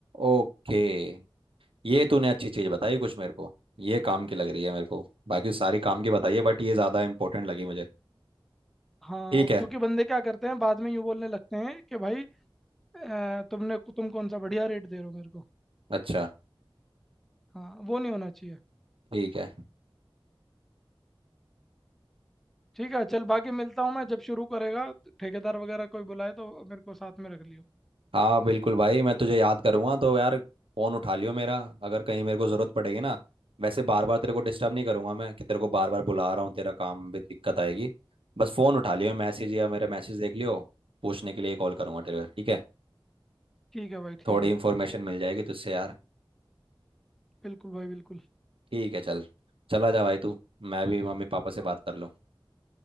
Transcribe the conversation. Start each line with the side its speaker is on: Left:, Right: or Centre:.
Right: ओके ये तूने अच्छी चीज बताई कुछ मेरे को ये काम की लग रही है मेरे को बाकी सारी काम की बताइए बट ये ज्यादा इंपॉर्टेंट लगी मुझे
Centre: हाँ
Right: ठीक है
Centre: क्योंकि बंदे क्या करते हैं बाद में यूँ बोलने लगते हैं कि भाई अ, तुमने तुम कौन सा बढ़िया रेट दे रहे हो मेरे को
Right: अच्छा
Centre: हाँ वो नहीं होना चाहिए
Right: ठीक है
Centre: ठीक है चल बाकी मिलता हूँ मैं जब शुरू करेगा ठेकेदार वगैरह कोई बुलाए तो मेरे को साथ में रख लियो
Right: हाँ बिल्कुल भाई मैं तुझे याद करूंगा तो यार फोन उठा लियो मेरा अगर कहीं मेरे को जरूरत पड़ेगी ना वैसे बार बार तेरे को डिस्टर्ब नहीं करूंगा मैं कि तेरे को बार बार बुला रहा हूँ तेरा काम भी दिक्कत आएगी बस फोन उठा लियो मैसेज या मेरा मैसेज देख लियो पूछने के लिए कॉल करूंगा तेरे को ठीक है
Centre: ठीक है भाई ठीक
Right: थोड़ी
Centre: है
Right: इन्फॉर्मेशन मिल जाएगी तुझसे यार
Centre: बिल्कुल भाई बिल्कुल
Right: ठीक है चल चला जा भाई तू मैं भी मम्मी पापा से
Centre: ओ-
Right: बात कर लूँ